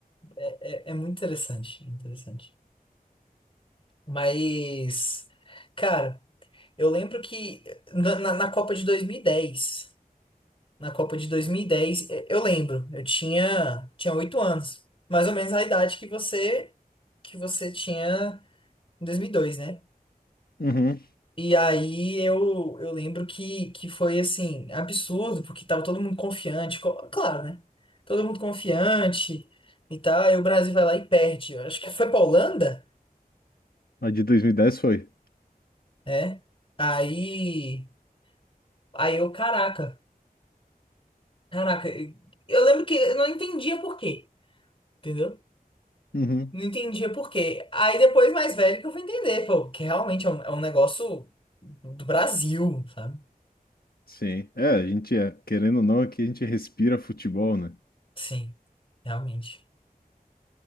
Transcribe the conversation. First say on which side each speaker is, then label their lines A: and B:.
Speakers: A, on the left; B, on the left.
A: É, é muito interessante, interessante. Mas, cara, eu lembro que na, na na Copa de dois mil e dez na Copa de dois mil E- dez, E- Eu lembro, eu tinha tinha oito anos, mais ou menos a idade que você que você tinha em 2002, né?
B: Uhum.
A: E aí eu, eu lembro que, que foi assim, absurdo, porque tava todo mundo confiante, co- claro, né? Todo mundo confiante e tal, e o Brasil vai lá e perde. Eu acho que foi pra Holanda,
B: A de 2010 foi.
A: né? Aí, aí eu, caraca, caraca, eu eu lembro que eu não entendia por quê. entendeu?
B: Uhum.
A: Não entendia por quê. Aí depois, mais velho, que eu fui entender, pô, que realmente é um, é um negócio do Brasil, sabe?
B: Sim. É, a gente, é, querendo ou não, aqui a gente respira futebol, né?
A: Sim, realmente.